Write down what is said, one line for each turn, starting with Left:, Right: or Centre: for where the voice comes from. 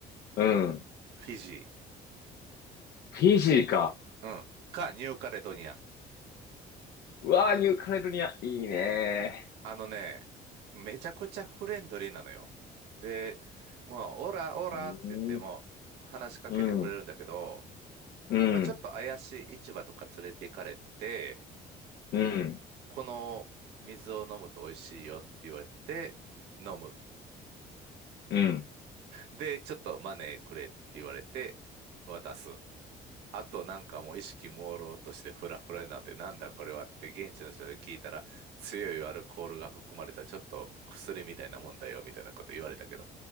Left: うん。
Right: フィジ
Left: フィジーか。
Right: ー、うん、かニューカレドニア。
Left: うわー、ニューカレドニア、いいね
Right: あのね、めちゃくちゃフレンドリーなのよ。で、もう、オラオラって言っても話しかけてくれるんだけど、
Left: ー。うん、うん、うん、
Right: まあ、ちょっと怪しい市場とか連れて行かれて、
Left: うん、
Right: この水を飲むと美味しいよって言われて、飲む。
Left: うん、
Right: で、ちょっとマネーくれって言われて、渡す。あとなんかもう意識朦朧としてフラフラになって、なんだこれはって現地の人に聞いたら、強いアルコールが含まれたちょっと薬みたいなもんだよみたいなこと言われたけど、